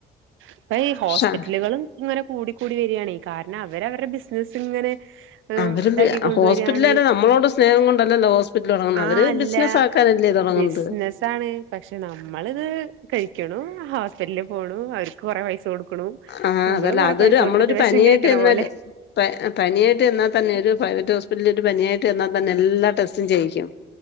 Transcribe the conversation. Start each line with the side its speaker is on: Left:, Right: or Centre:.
Right: ഇപ്പ ഈ ഹോസ്പിറ്റലുകളും
Left: ആ
Right: ഇങ്ങനെ കൂടിക്കൂടി വരികയാണെ കാരണം അവര് അവരുടെ ബിസിനസ് ഇങ്ങനെ,
Left: അവര്
Right: ഇതാക്കി കൊണ്ടുവരികയാണ്
Left: ഹോസ്പിറ്റല്കാര് നമ്മളോട് സ്നേഹം കൊണ്ടല്ലല്ലോ ഹോസ്പിറ്റല് തൊടങ്ങുന്നത്
Right: ആ
Left: അവര്
Right: അല്ല
Left: ബിസിനസാക്കാനല്ലേ തൊടങ്ങുന്നത്?
Right: ബിസിനസാണ് പക്ഷെ നമ്മളിത് കഴിഞോ കണു ഹോസ്പിറ്റ്ല് പോണു അവർക്ക് കൊറെ പൈസ കൊടുക്കണു
Left: ആ
Right: നമ്മള്
Left: അതല്ല
Right: കൊറെ
Left: അതൊരു
Right: പൈസ
Left: നമ്മളൊരു
Right: കൊടുത്തിട്ട് വെഷം
Left: പനിയായിട്ട്
Right: കയിക്കണ
Left: ചെന്നാല്
Right: പോലെ
Left: പനിയായിട്ട് ചെന്നാൽ തന്നെ ഒരു പ്രൈവറ്റ് ഹോസ് പൊലൊരു പനിയായിട്ട് ചെന്നാ തന്നെ എല്ലാ ടെസ്റ്റും ചെയ്യിക്കും.